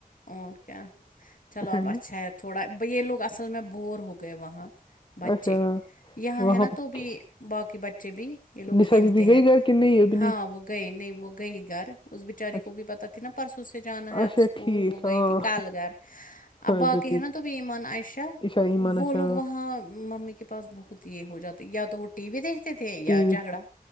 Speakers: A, on the left; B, on the left.
A: اور کیا چلو
B: کو،
A: اب اچھا
B: نا
A: ہے تھوڑا بھائی یہ لوگ اصل میں بور ہو گئے وہاں بچے
B: اچھا
A: یہاں
B: وہاں
A: ہے نا
B: پہ
A: تو بھی باقی بچے بھی یہ لوگ
B: نشا
A: کھیلتے
B: دیدی
A: ہیں
B: گئی گھر کہ نہیں ابھی
A: ہاں
B: نہیں
A: وہ گئے نہیں وہ گئی گھر اس بچاری
B: اچھا
A: کو بھی پتا تھی نا پرسوں سے جانا ہے
B: اچھا
A: اب سکول
B: ٹھیک
A: وه گئی
B: ہاں
A: تھی کل گھر اب باقی
B: اچھا ٹھیک
A: ہے نا تو بھی ایمن عائشہ
B: عشا ایمان
A: وہ
B: اچھا
A: لوگ وہاں ممی کے پاس بہت یہ ہو جاتے یا تو وہ ٹی وی دیکھتے تھے یا
B: ٹی وی
A: جھگڑا